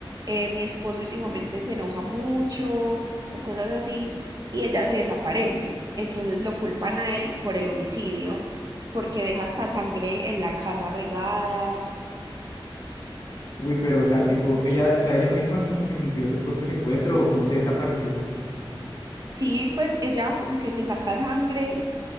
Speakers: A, on the right; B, on the left.
A: eh, mi esposo últimamente se enoja mucho o cosas así, y ella se desaparece. Entonces lo culpan a él por el homicidio, porque deja hasta sangre en la casa regada.
B: Uy, pero, o sea, tipo, ella, o sea, ella misma como que fingió su propio secuestro o cómo se desapareció.
A: Sí, pues ella como que se saca sangre,